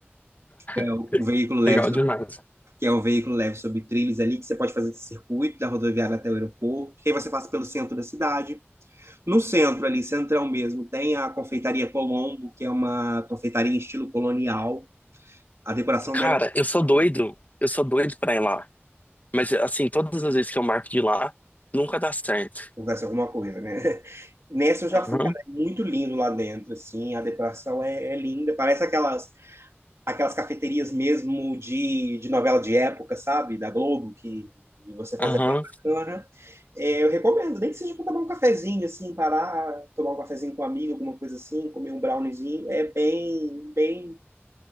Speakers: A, on the right; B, on the left.
A: que é
B: <laughs>
A: o, o veículo leve,
B: legal
A: so-
B: demais.
A: que é o veículo leve sobre trilhos ali, que você pode fazer esse circuito da rodoviária até o aeroporto. E aí você passa pelo centro da cidade. No centro ali, centrão mesmo, tem a Confeitaria Colombo, que é uma confeitaria em estilo colonial. A decoração
B: Cara,
A: dela
B: eu sou doido. Eu sou doido pra ir lá. Mas, assim, todas as vezes que eu marco de ir lá, nunca dá certo.
A: acontece alguma coisa, né? <laughs> Nessa eu já
B: Aham,
A: fui, cara, é muito lindo lá dentro, assim, a decoração é, é linda, parece aquelas aquelas cafeterias mesmo de, de novela de época, sabe? Da Globo, que você faz
B: aham.
A: é bem bacana. É, eu recomendo, nem que seja para tomar um cafezinho, assim, parar, tomar um cafezinho com um amigo, alguma coisa assim, comer um browniezinho. É bem, bem.